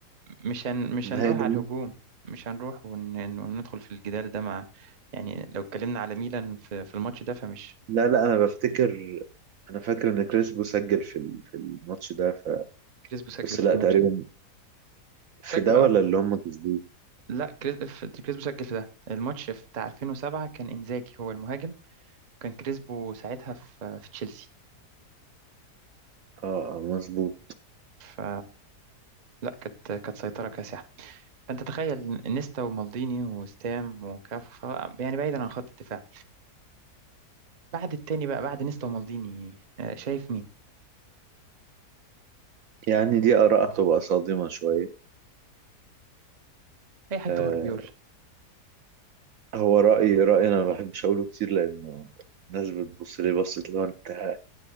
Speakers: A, on the right (about 45°); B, on the right (about 70°).
A: مش هن... مش
B: النهائي
A: هنروح
B: ده
A: على الهجوم مش هنروح ون... وندخل في الجدال ده مع يعني لو اتكلمنا على ميلان في, في الماتش ده فمش
B: لا لا انا بفتكر انا فاكر ان كريسبو سجل في ال- في الماتش ده ف...
A: كريسبو سجل
B: بس
A: في
B: لا
A: الماتش
B: تقريبا
A: ده
B: في
A: سجل
B: ده ولا
A: اه
B: اللي هم كسبوه
A: لا كريس... في- كريسبو سجل في ده الماتش في بتاع 2007 كان انزاجي هو المهاجم كان كريسبو ساعتها في, في تشيلسي
B: اه آه، مظبوط
A: ف لا كانت كانت سيطرة كاسحة فانت تخيل نيستا ومالديني وستام وكاف ف... يعني بعيدا عن خط الدفاع بعد التاني بقى بعد نيستا ومالديني آه، شايف مين؟
B: يعني دي اراء هتبقى صادمه شويه
A: اي حد
B: آه
A: غير بيول
B: هو رايي رايي انا ما بحبش اقوله كتير لانه الناس بتبص لي بصت اللي هو انت